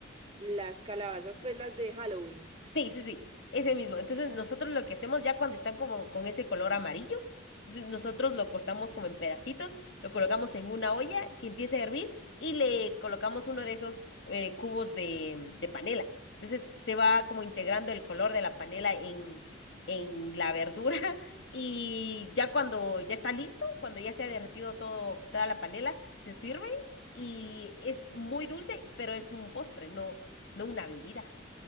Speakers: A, on the right (about 25°); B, on the left (about 65°).
A: Las calabazas, pues las de Halloween.
B: Sí, sí, sí, ese mismo. Entonces nosotros lo que hacemos ya cuando están como con ese color amarillo, entonces nosotros lo cortamos como en pedacitos, lo colocamos en una olla que empiece a hervir y le colocamos uno de esos eh, cubos de, de panela. Entonces se va como integrando el color de la panela en, en la verdura <laughs> y ya cuando ya está listo, cuando ya se ha derretido todo, toda la panela, se sirve y es muy dulce, pero es un postre, no, no una bebida.